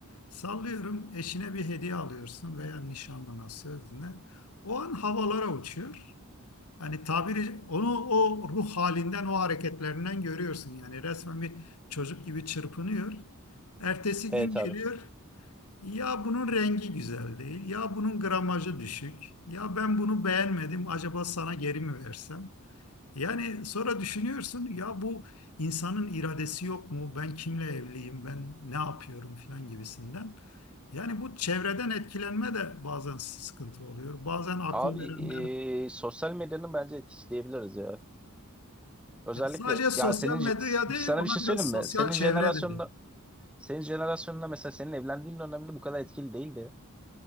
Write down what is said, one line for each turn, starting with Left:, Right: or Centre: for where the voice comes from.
Left: Sallıyorum eşine bir hediye alıyorsun veya nişanlına sözüne. O an havalara uçuyor. Hani tabiri onu o ruh halinden o hareketlerinden görüyorsun yani resmen bir çocuk gibi çırpınıyor. Ertesi
Centre: Evet
Left: gün geliyor
Centre: abi.
Left: ya bunun rengi güzel değil, ya bunun gramajı düşük, ya ben bunu beğenmedim, acaba sana geri mi versem? Yani sonra düşünüyorsun, ya bu insanın iradesi yok mu? Ben kimle evliyim, ben ne yapıyorum filan gibisinden. Yani bu çevreden etkilenme de bazen sıkıntı oluyor. Bazen akıl
Centre: Abi
Left: verenler,
Centre: e, sosyal medyanın bence etkisi diyebiliriz ya. Özellikle
Left: ya sadece sosyal
Centre: ya senin
Left: medya değil,
Centre: sana
Left: ona
Centre: bir şey
Left: biraz
Centre: söyleyeyim
Left: sosyal
Centre: mi? Senin
Left: çevre
Centre: jenerasyonda
Left: dedi.
Centre: senin jenerasyonda mesela senin evlendiğin dönemde bu kadar etkili değildi.